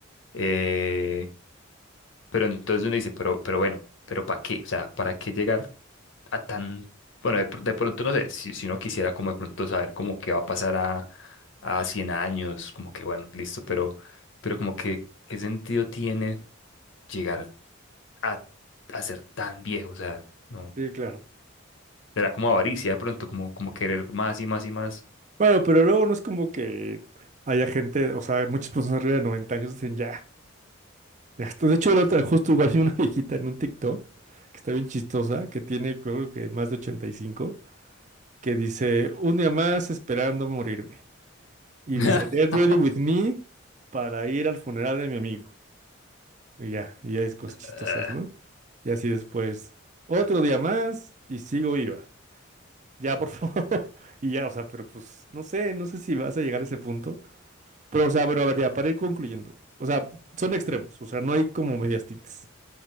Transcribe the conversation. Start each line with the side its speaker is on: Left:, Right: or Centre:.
Left: Eh, pero entonces uno dice, pero, pero bueno, pero ¿para qué? O sea, ¿para qué llegar a tan... Bueno, de, pr- de pronto no sé, si, si uno quisiera como de pronto saber como qué va a pasar a, a 100 años, como que bueno, listo, pero, pero como que ¿qué sentido tiene llegar a, a ser tan viejo? O sea, no.
Right: sí, claro.
Left: Será como avaricia de pronto, como, como querer más y más y más.
Right: Bueno, pero luego no es como que haya gente, o sea, muchas personas arriba de 90 años dicen ya, ya está. De hecho, la otra, justo igual vi una <laughs> viejita en un TikTok que está bien chistosa, que tiene creo que más de 85 que dice, un día más esperando morirme. Y
Left: <laughs>
Right: dice, get ready with me para ir al funeral de mi amigo. Y ya, y ya es cosas chistosas,
Left: Ah,
Right: ¿no? Y así después, otro día más y sigo viva. Ya, por <laughs> favor. Y ya, o sea, pero pues no sé, no sé si vas a llegar a ese punto. Pero, o sea, bueno, a ver, ya, para ir concluyendo. O sea, son extremos, o sea, no hay como medias tintas.